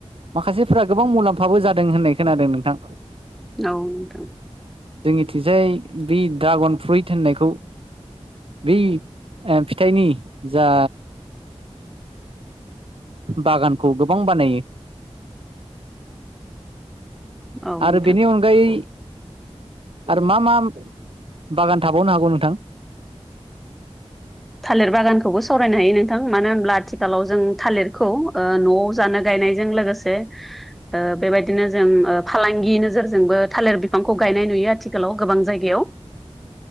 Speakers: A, on the right; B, in the centre.
A: माखासेफोरा गोबां मुलाम्फाबो जादों होननाय खोनादों नोंथां
B: औ नोंथां।
A: जोंनिथिंजाय बे ड्रागन फ्रुइट होननायखौ। बै फिथाइनि जा, बागानखौ गोबां बानायो।
B: औ
A: आरो
B: नोंथां
A: बेनि अन, गायै आरो मा मा बागान थाबावनो हागौ नोंथां?
B: थालिर बागानखौबो सावरायनो हायो नोंथां मानो होनब्ला आथिखालाव जों थालिरखौ न'आव जानो गायनायजों लोगोसे, जे ओ ओ बेबायदिनो जों ओ फालांगि नोजोरजोंबो थालिर बिफांखौ गायनाय नुयो आथिखालाव गोबां जायगायाव